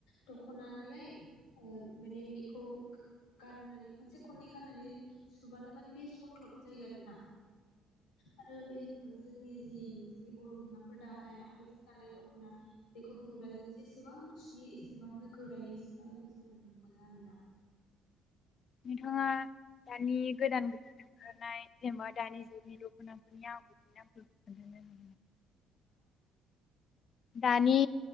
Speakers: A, on the left; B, on the left.
A: दख'ना नालाय ओ माने बेखौ गाननानै खनसे खननै गाननानै सुबानो माने बे समलब जायो आरोना आरो बे जोंनि जि जोंनि बर' बिमाफोर दानाय आखाइजों दानाय दख'ना। बेखौ बुङोब्ला जों जेसेबांनो बे एसेबांनो गोरायैसो जानायखौ जोङो नुनो मोनो आरोना।
B: नोंथाङा दानि गोदान गोदान ओंखारनाय जेनेबा दानि जुगनि दखनाफोरनि आगरनि नामफोरखौ खोनथानो दानि